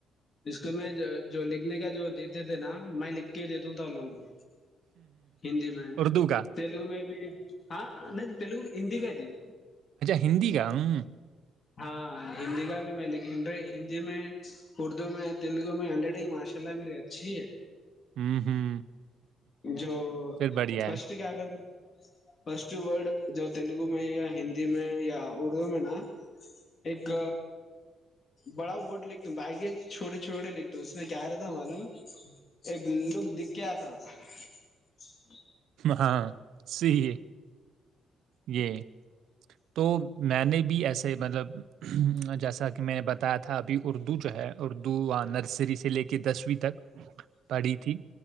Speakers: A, on the left; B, on the right.
A: اسکول میں جو لکھنے کا جو دیتے تھے نا میں لکھ کے ہی دیتاوں تھا ان لوگوں کو ہندی میں
B: اردو کا
A: تیلگو میں بھی ہاں نہیں تلگو ہندی کا جی
B: ہندی کا ہوں
A: ہاں ہندی کا بھی میں ل ہندی میں اردو میں تیلگو میں ہڈ رنگ ماشاء اللہ میری اچھی ہے
B: ہوں ہوں
A: جو
B: پھر بڑھیا
A: فرسٹ
B: ہے
A: کیا کر فسٹ ورڈ جو تیلگو میں یا ہندی میں یا اردو میں نا ایک بڑا ورڈ لکھتا ہوں بی چھوٹے چھوٹے لکھتا ہوں اس میں کیا رہتا معلوم ایک لک دکھ کے آتا اور <unintelligible>
B: ہاں صی ہے یہ تو میں نے بھی ایسا سے مطلب جیسا کہ میں نے بتایا تھا ابھی اردو جو ہے اردو نرسری سے لے کے دسویں تک پڑھی تھی